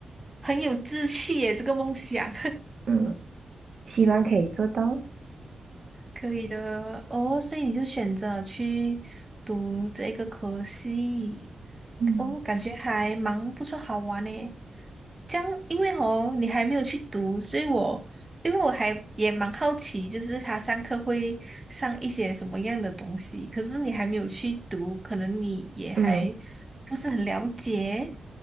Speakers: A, on the right; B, on the right.
A: 很有志气耶，这个梦想。
B: <laughs> 嗯，希望可以做到。
A: 可以的哦，所以你就选择去读这个科系，
B: 嗯，
A: 哦，感觉还蛮不错，好玩呢。这样，因为哦，你还没有去读，所以我因为我还也蛮好奇，就是他上课会上一些什么样的东西，可是你还没有去读，可能你也还
B: 嗯。
A: 不是很了解。